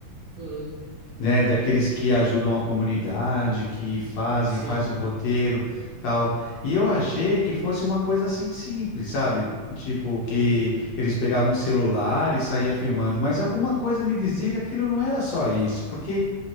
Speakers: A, on the right; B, on the left.
A: uhum,
B: né, daqueles que ajudam a comunidade, que fazem,
A: sim.
B: faz um roteiro, tal. E eu achei que fosse uma coisa assim simples, sabe? Tipo que
A: Uhum.
B: eles pegavam um celular e saía filmando, mas alguma coisa me dizia que aquilo não era só isso, porque